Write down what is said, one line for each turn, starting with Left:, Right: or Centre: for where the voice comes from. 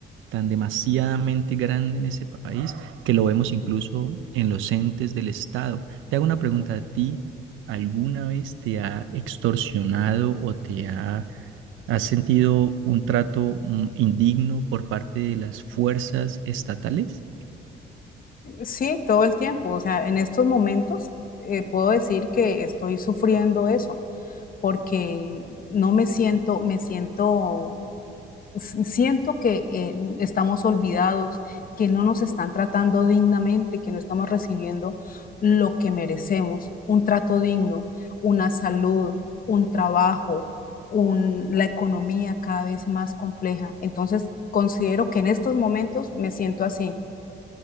Right: tan demasiadamente grande en ese país que lo vemos incluso en los entes del Estado. Te hago una pregunta a ti. ¿Alguna vez te ha extorsionado o te ha, has sentido un trato mm, indigno por parte de las fuerzas estatales?
Left: Sí, todo el tiempo, o sea, en estos momentos eh, puedo decir que estoy sufriendo eso. porque no me siento, me siento, s- siento que eh, estamos olvidados, que no nos están tratando dignamente, que no estamos recibiendo lo que merecemos, un trato digno, una salud, un trabajo, un- la economía cada vez más compleja. Entonces, considero que en estos momentos me siento así.